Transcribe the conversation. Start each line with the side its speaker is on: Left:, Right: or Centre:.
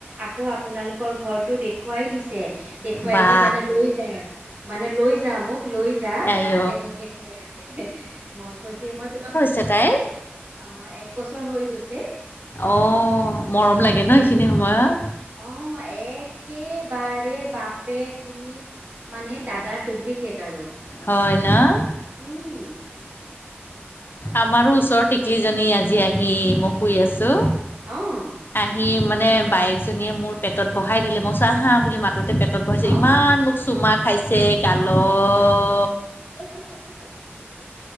Right: আকৌ আপোনালোক- কৰ ঘৰটো দেখুৱাই দিছে, দেখুৱাই
Left: বা
Right: দি মানে লৈ যায় মানে লৈ যা মোক লৈ যা তেনেকে
Left: আইঅ
Right: কৈ আছে মই কৈছোৱে মই তোমাক
Left: চে তাই
Right: অ, এক বছৰ হৈ গৈছে,
Left: অ মৰম লাগে
Right: ডিচেম্বৰ
Left: ন এইখিনি সময়ত
Right: অ', একেবাৰে বাপেক তুমি মানে দাদাৰ ডুপ্লিকেট আৰু
Left: হয় ন',
Right: উম,
Left: আমাৰো ওচৰত টিকলিজনী আজি আহি মই শুই আছোঁ
Right: অঁ
Left: আহি মানে বাইেকজনীয়ে মোৰ পেটত বহাই দিলে, মই কৈছো আহা বুলি মা- ততে পেটত বহাইছে
Right: অ',
Left: ইমান মোক চুমা খাইছে গালত
Right: আইও <unintelligible>